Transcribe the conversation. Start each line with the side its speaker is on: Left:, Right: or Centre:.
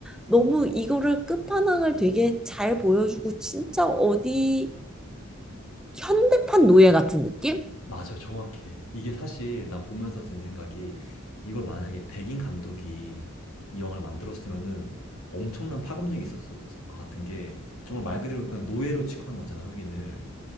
Centre: 너무 이거를 끝판왕을 되게 잘 보여주고 진짜 어디 현대판 노예 같은 느낌?
Left: 맞아, 정확해. 이게 사실 나 보면서 든 생각이 이걸 만약에 백인 감독이 이 영화를 만들었으면은 엄청난 파급력이 있었을 것 같은 게 정말 말 그대로 그냥 노예로 취급한 거잖아, 흑인을.